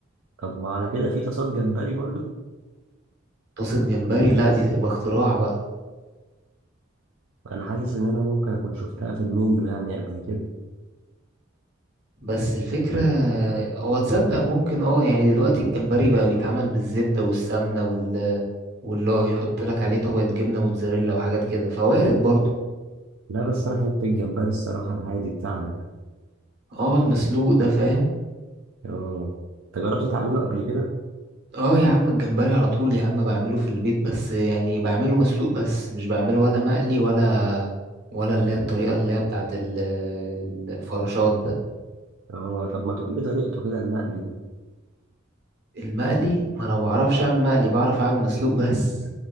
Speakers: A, on the right; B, on the right.
A: طب وعلى كده في تصاد جمبري برضو
B: طاسة جمبري لا دي تبقى اختراع بقى
A: أنا حاسس إن أنا ممكن أكون شفتها في المنيو يعني قبل كده
B: بس الفكرة هو تصدق ممكن اه يعني دلوقتي الجمبري بقى بيتعمل بالزبدة والسمنة وال واللي هو يحط لك عليه طبقة جبنة موتزاريلا وحاجات كده فوارد برضه
A: لا بس أنا بحب الجمبري الصراحة العادي بتاعنا ده
B: اه المسلوق ده فاهم
A: اه أنت جربت تعمله قبل كده؟
B: اه يا عم الجمبري على طول يا عم بعمله في البيت بس يعني بعمله مسلوق بس مش بعمله ولا مقلي ولا ولا اللي هي الطريقة اللي هي بتاعت ال- الفراشات ده
A: اه طب ما تقولي طريقته كده المقلي ده
B: المقلي ما انا ما بعرفش اعمل مقلي بعرف اعمل مسلوق بس